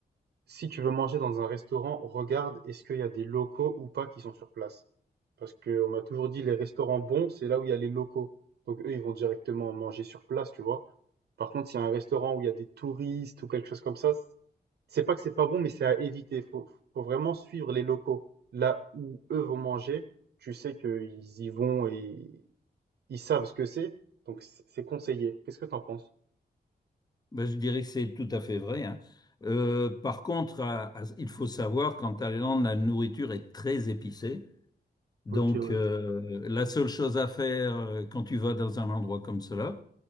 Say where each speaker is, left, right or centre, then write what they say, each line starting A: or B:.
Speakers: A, on the right; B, on the left.
A: Si tu veux manger dans un restaurant, regarde est-ce qu'il y a des locaux ou pas qui sont sur place. Parce qu'on m'a toujours dit les restaurants bons, c'est là où il y a les locaux. Donc eux, ils vont directement manger sur place, tu vois. Par contre, s'il y a un restaurant où il y a des touristes ou quelque chose comme ça, c- c'est pas que c'est pas bon, mais c'est à éviter. Faut, faut vraiment suivre les locaux. Là où eux vont manger, tu sais qu'ils y vont et ils savent ce que c'est, donc c- c'est conseillé. Qu'est-ce que t'en penses?
B: ben, je dirais que c'est tout à fait vrai. hein. Euh, par contre, à- à- il faut savoir qu'en Thaïlande, la nourriture est très épicée. Donc,
A: Ok, ouais.
B: euh, la seule chose à faire euh, quand tu vas dans un endroit comme cela,